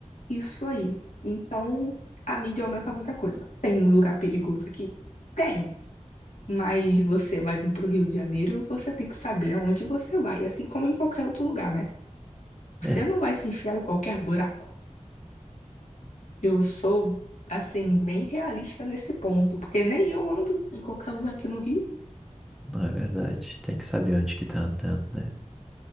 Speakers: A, on the left; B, in the centre.
A: isso aí. Então, a mídia aumenta muita coisa. Tem lugar perigoso aqui? Tem. Mas você vai vir para o Rio de Janeiro, você tem que saber aonde você vai, assim como em qualquer outro lugar, né? Você
B: É,
A: não vai se enfiar em qualquer buraco. Eu sou, assim, bem realista nesse ponto, porque nem eu ando em qualquer lugar aqui no Rio.
B: não é verdade. Tem que saber onde que tá andando, né?